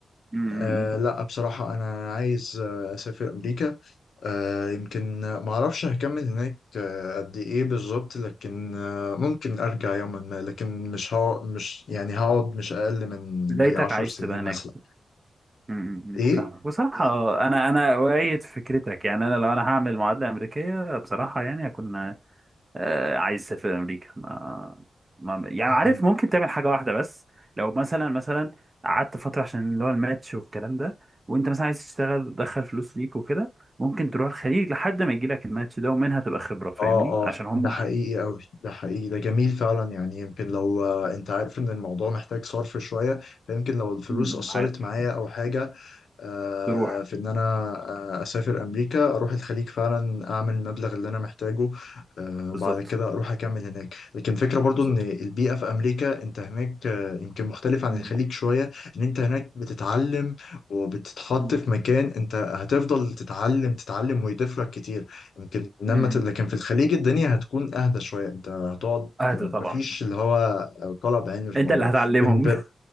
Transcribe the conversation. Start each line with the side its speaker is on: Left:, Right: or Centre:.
Right: امم
Left: آه لا بصراحة أنا عايز آه، أسافر أمريكا آه يمكن ما أعرفش هكمل هناك آه، قد إيه بالظبط لكن آه ممكن أرجع يوما ما لكن مش ها مش يعني هقعد مش أقل من
Right: بدايتك
Left: جي عشر
Right: عايز
Left: سنين
Right: تبقى هناك
Left: مثلا
Right: امم
Left: إيه؟
Right: فاهمك بصراحه انا انا اؤيد فكرتك يعني انا لو انا هعمل معادله امريكيه بصراحه يعني هكون آه، عايز اسافر امريكا ما ما يعني
Left: مهم.
Right: عارف ممكن تعمل حاجه واحده بس لو مثلا مثلا قعدت فتره عشان اللي هو الماتش والكلام ده وانت مثلا عايز تشتغل تدخل فلوس ليك وكده ممكن تروح الخليج لحد ما يجي لك الماتش ده ومنها تبقى خبره فاهمني
Left: اه
Right: عشان
Left: اه
Right: هم
Left: ده حقيقي قوي ده حقيقي ده جميل فعلا يعني يمكن لو آه، انت عارف ان الموضوع محتاج صرف شوية فيمكن لو الفلوس
Right: مم،
Left: اثرت
Right: عارف
Left: معايا او حاجة آه،
Right: تروح
Left: في ان انا آه، اسافر امريكا اروح الخليج فعلا اعمل المبلغ اللي انا محتاجه آه،
Right: بالظبط
Left: وبعد كده اروح اكمل هناك لكن فكرة برضو
Right: بالظبط
Left: ان البيئة في امريكا انت هناك آه، يمكن مختلف عن
Right: مم،
Left: الخليج شوية ان انت هناك بتتعلم وبتتحط
Right: مم،
Left: في مكان انت هتفضل تتعلم تتعلم ويضيف لك كتير يمكن لما
Right: مم.
Left: ت- لكن في الخليج الدنيا هتكون اهدى شوية انت هتقعد
Right: اهدى
Left: م-
Right: طبعا
Left: مفيش اللي هو آه، طلب علمي في
Right: انت
Left: الموضوع
Right: اللي هتعلمهم
Left: لكن
Right: <laughs>